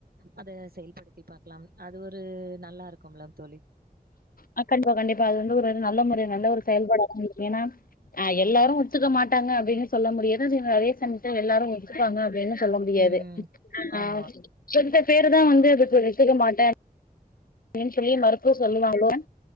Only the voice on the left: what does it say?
ஆ கண்டிப்பா கண்டிப்பா அது வந்து ஒரு நல்ல முறை நல்ல ஒரு செயல்பாட இருக்கு ஏனா ஆ எல்லாரு ஒத்துக்க மாட்டாங்க அப்படின்னு சொல்ல முடியாது நீங்க அதே சமயத்துல எல்லாரு ஒத்துக்குபாங்க அப்படின்னு சொல்ல முடியாது
ஆ
<unintelligible> பேரு தா வந்து அதுக்கு ஒத்துக்கமாட்டே அப்படின்னு சொல்லி மறுப்பு சொல்லுவாங்க